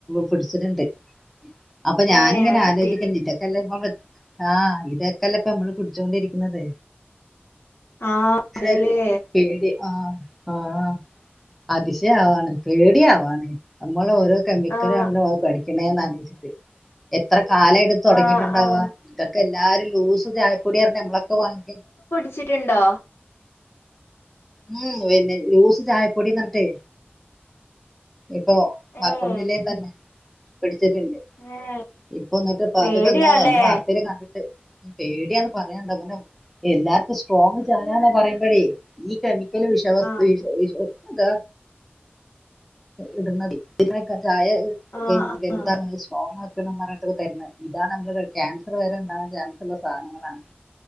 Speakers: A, in the centre; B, on the left.
A: പിടിച്ചിട്ടണ്ട് അപ്പൊ ഞാനിങ്ങനെ
B: ഏഹ് അത് ശരി
A: ആലോചിക്കന്ന് ഇതാക്കല്ല ആ ഇതെക്കെല്ലെ ഇപ്പം നമ്മള് കുടിച്ചോണ്ടിരിക്ക്‌ണത്
B: ആഹ്
A: അങ്ങനരു
B: അതേല്ലേ
A: പേടി അഹ് ആഹ് അതിശയണ് പേടിയവാണ് മ്മളോരോ കെമിക്കല്
B: ആഹ്
A: കഴിക്കാണത് ആലോചിച്ചിട്ട് എത്രകാലായി തെടങ്ങയിട്ടുണ്ടാവാ
B: ആഹ് ആഹ്
A: ഇതൊക്കെ എല്ലാരും ലൂസ് ചായപ്പൊടിന്ന്റഞ്ഞ് ഞമ്മളൊക്കെ വാങ്ങി
B: ച്ചിട്ടുണ്ടോ
A: ഉം പിന്നെ ലൂസ്ചായപ്പൊടിന്നറഞ്ഞട്ടേ ഇപ്പൊ മലപ്പുറം
B: ഏഹ്
A: ജില്ലേതന്നെ പിടിച്ചിട്ടുണ്ട്
B: ഏഹ്
A: ഇപ്പൊന്നിട്ട് <unintelligible>
B: പേടിയാല്ലേ
A: വാർത്തേല് കണ്ടിട്ടണ്ട് പേടിയന്ന് പറയാനന്നേ എല്ലാർക്കും സ്ട്രോങ് ചായന്നെ പറയുമ്പഴേ ഈ കെമിക്കല് വിഷവസ്തു
B: ആഹ്
A: വി വി അത ഇടുന്നത് ഇതൊക്ക ചായേ സ്ട്രോങ്
B: ആഹ് ആഹ്
A: ആക്കണന്ന് പറഞ്ഞട്ടൊക്കെ തരുന്നത് ഇതാണ് നമ്മള് ക്യാൻസർ വരെണ്ടാകാൻ ചാൻസുള്ള സാധനങ്ങളാണ്